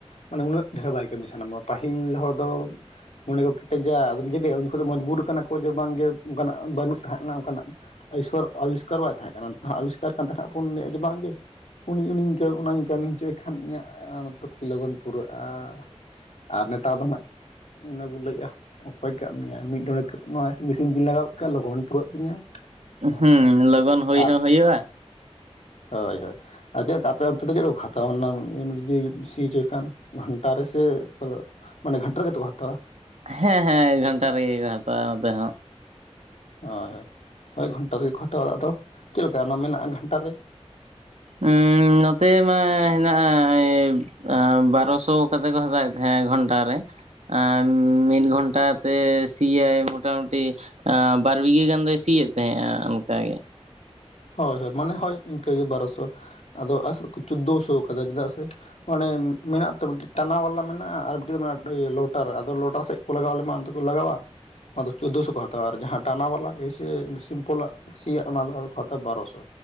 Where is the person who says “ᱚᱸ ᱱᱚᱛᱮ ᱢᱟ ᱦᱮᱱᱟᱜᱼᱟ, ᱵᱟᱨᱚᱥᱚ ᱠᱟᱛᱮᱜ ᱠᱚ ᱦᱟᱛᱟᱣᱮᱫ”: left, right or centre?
Right